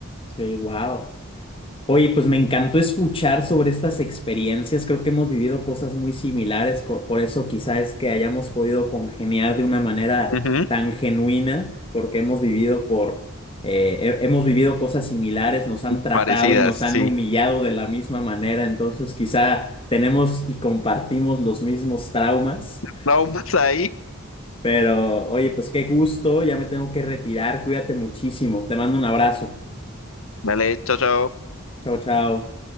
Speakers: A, on the left; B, on the left.
A: sí, wow. Oye, pues me encantó escuchar sobre estas experiencias. Creo que hemos vivido cosas muy similares, co- por eso quizá es que hayamos podido congeniar de una manera
B: Ujú,
A: tan genuina, porque hemos vivido por eh, he- hemos vivido cosas similares, nos han tratado
B: Parecidas,
A: y nos
B: sí.
A: han humillado de la misma manera. Entonces, quizá tenemos y compartimos los mismos traumas.
B: Traumas ahí.
A: Pero, oye, pues qué gusto. Ya me tengo que retirar. Cuídate muchísimo. Te mando un abrazo.
B: Dale, chao, chao.
A: Chao, chao.